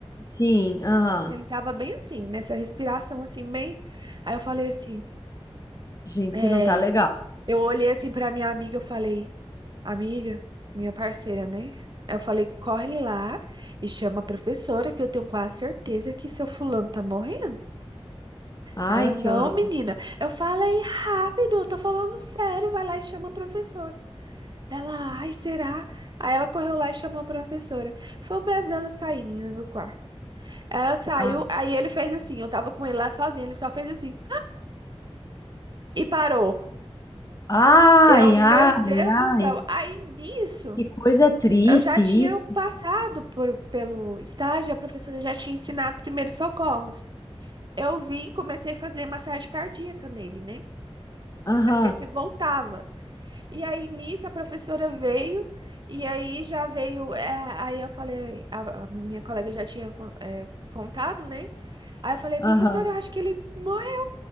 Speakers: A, on the left; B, on the right.
A: Sim, aham.
B: Ele tava bem assim, nessa respiração assim, bem. Aí eu falei assim,
A: Gente,
B: é,
A: não tá legal.
B: eu olhei assim pra minha amiga, eu falei, amiga, minha parceira, né? Eu falei, corre lá e chama a professora, que eu tenho quase certeza que seu fulano tá morrendo.
A: Ai,
B: Ela, não,
A: que horror.
B: menina, eu falei rápido, eu tô falando sério, vai lá e chama a professora. Ela, ai, será? Aí ela correu lá e chamou a professora. Foi o prazo dela sair, menina, do quarto. Ela saiu,
A: Ah,
B: aí ele fez assim, eu tava com ele lá sozinho, ele só fez assim e parou.
A: Ai,
B: Eu, meu
A: ai,
B: Deus
A: ai.
B: do céu. Aí nisso,
A: Que coisa triste
B: eu já tinha
A: isso.
B: passado por, pelo estágio, a professora já tinha ensinado primeiros socorros. Eu vim, comecei a fazer massagem cardíaca nele, né?
A: Aham,
B: Pra ver se voltava. E aí nisso a professora veio, e aí já veio. é, aí eu falei, a, a minha colega já tinha con- é, contado, né? Aí eu falei,
A: aham.
B: professora, eu acho que ele morreu.